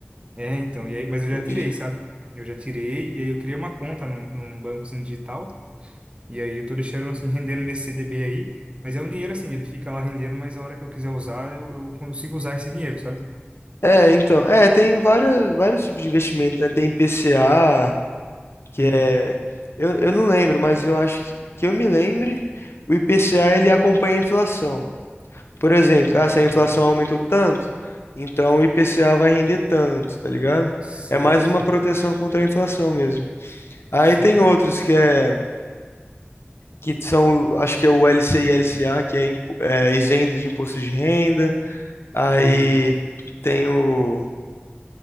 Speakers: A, on the right (about 30°); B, on the left (about 75°).
A: É, então. E aí, mas eu já
B: Entendi.
A: tirei, sabe? Eu já tirei, e aí eu criei uma conta num, num banco assim, digital. E aí eu tô deixando assim, rendendo nesse CDB aí. Mas é um dinheiro assim, ele fica lá rendendo, mas a hora que eu quiser usar, eu, eu consigo usar esse dinheiro, sabe?
B: É, então, é, tem vários, vários tipos de investimento, né? Tem IPCA, que
A: Uhum.
B: é, eu, eu não lembro, mas eu acho que, que eu me lembre, o IPCA ele acompanha a inflação. Por exemplo,
A: Ah,
B: ah, se a inflação aumentou tanto, então o IPCA vai render tanto, tá ligado?
A: sei,
B: É mais
A: sei,
B: uma proteção contra a inflação mesmo. Aí
A: sei.
B: tem outros que é que são, acho que é o LCI e LCA, que é, impo- é isento de imposto de renda. Aí
A: Uhum.
B: tem o